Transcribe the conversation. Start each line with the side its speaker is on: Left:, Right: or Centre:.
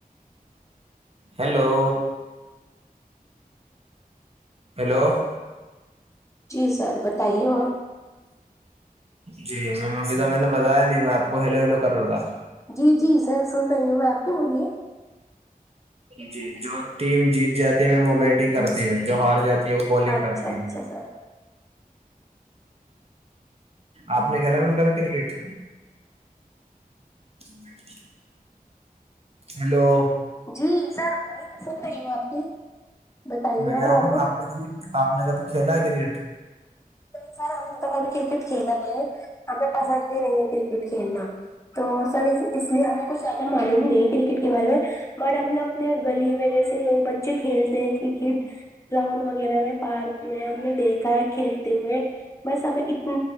Right: ہیلو ہیلو
Left: جی سر بتائیے اور
Right: جی میں ممی تو میں نے بتایا نہیں میں آپ کو ہلو ہلو کر رہا تھا
Left: جی جی سر سن رہی ہوں میں آپ کی بولیے
Right: جی جو ٹیم جیت جاتی ہے مام وہ بیٹنگ کرتی ہے جو ہار جاتی وہ بالنگ
Left: اچھا
Right: کرتی
Left: اچھا
Right: ہے
Left: سر
Right: آپ نے کھیلا مام کبھی کرکٹ <inaudible> ہیلو
Left: جی سر بولیے میں سن رہی ہوں آپ کے بتائیے
Right: میں کہہ
Left: اور
Right: رہا ہوں
Left: آگے
Right: میم آپ نے کبھی آپ نے کبھی کھیلا ہے کرکٹ
Left: نہیں سر ہملب ابھی کرکٹ کھیلا گ ہمیں پسند ہی نہیں ہے کرکٹ کھیلنا تو سر اس لیے ہمیں کچھ زیادہ معلوم نہیں کرکٹ کے بارے میں اور ہم نے اپنے گلی میں جیسے لوگ بچے کھیلتے ہیں کرکٹ گراؤنڈ وغیرہ میں پارک میں ہم نے دیکھا ہے کھیل ہوئے بس ہمیں اتنی